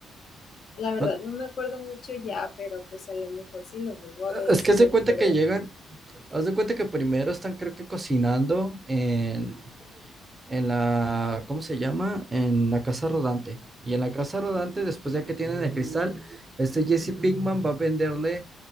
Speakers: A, on the left; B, on the right.
A: La verdad,
B: ¿no?
A: no me acuerdo mucho ya, pero pues a lo mejor si lo vuelvo a ver,
B: Es
A: sí
B: que
A: me
B: haz de
A: acuerdo.
B: cuenta que llegan, haz de cuenta que primero están creo que cocinando en en la, ¿cómo se llama? En la casa rodante. Y en la casa rodante, después ya que tienen el cristal, este Jesse Pinkman va a venderle